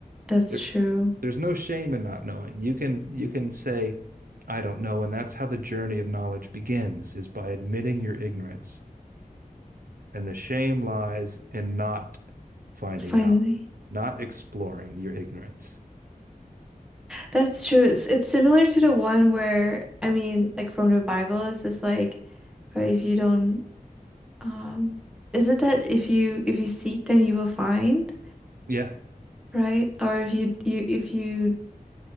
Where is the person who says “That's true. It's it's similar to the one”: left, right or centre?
Centre